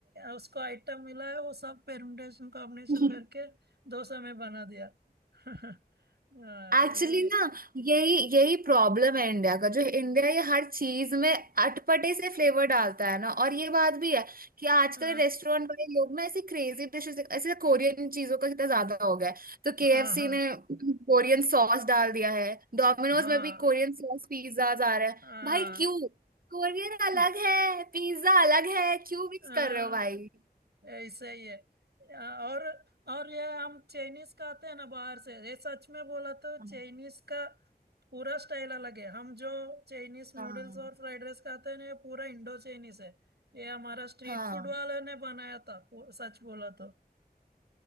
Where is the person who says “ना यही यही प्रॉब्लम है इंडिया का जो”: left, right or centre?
Right